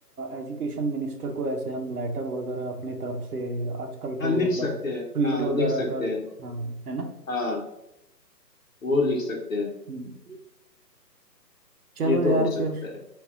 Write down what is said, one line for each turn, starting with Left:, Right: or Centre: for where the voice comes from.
Right: एजुकेशन मिनिस्टर को ऐसे हम लेटर वगैरह अपने तरफ से आजकल
Left: हाँ
Right: तो
Left: लिख
Right: मतलब
Left: सकते हैं
Right: ट्वीट
Left: हाँ
Right: वगैरह
Left: लिख सकते
Right: कर
Left: हैं
Right: हाँ है ना
Left: हाँ वो लिख सकते हैं
Right: हम्म। चलो
Left: ये तो
Right: यार
Left: हो सकता
Right: फिर
Left: है